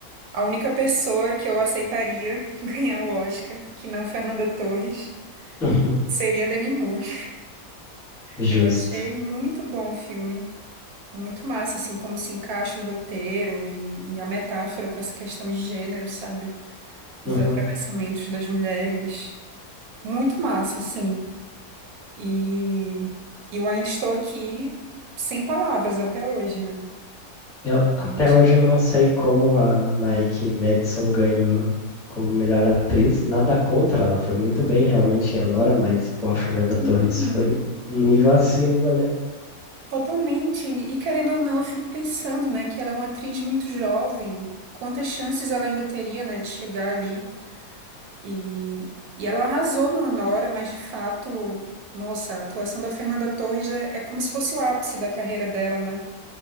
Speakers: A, on the right (about 80°); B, in the centre.
A: a única pessoa que eu aceitaria <laughs> ganhar o Oscar, que não Fernanda Torres,
B: <laughs> Uhum.
A: seria Demi Moore.
B: Justo.
A: Eu achei muito bom o filme, muito massa, assim, como se encaixa o roteiro e, e a metáfora com essa questão de gênero, sabe? Dos
B: Uhum.
A: atravessamentos das mulheres. Muito massa, assim. E eu ainda estou aqui sem palavras até hoje, né?
B: Eu,
A: Gente.
B: até hoje eu não sei como a Mike Madison ganhou como melhor atriz. Nada contra, ela foi muito bem realmente em Anora, mas pô, a Fernanda
A: Sim.
B: Torres foi um nível acima, né?
A: Totalmente. E querendo ou não, eu fico pensando, né, que ela é uma atriz muito jovem. Quantas chances ela ainda teria, né, de chegar ali? E, e ela arrasou no Anora, mas de fato, nossa, a atuação da Fernanda Torres é, é como se fosse o ápice da carreira dela, né?